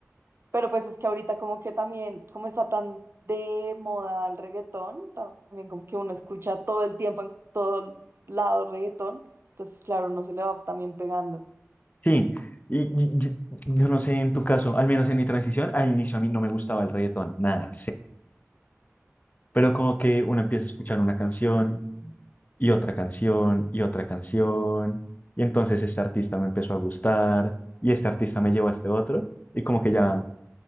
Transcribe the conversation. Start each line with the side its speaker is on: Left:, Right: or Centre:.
Right: Pero pues es que ahorita como que también, como está tan de moda el reggaetón, también como que uno escucha todo el tiempo en todo lado reggaetón. Entonces, claro, uno se le va también pegando.
Left: Sí, y, y- y- yo no sé en tu caso, al menos en mi transición, al inicio a mí no me gustaba el reggaetón, nada, Pero como que uno empieza a escuchar una canción y otra canción y otra canción. Y entonces este artista me empezó a gustar y este artista me llevó a este otro. Y como que ya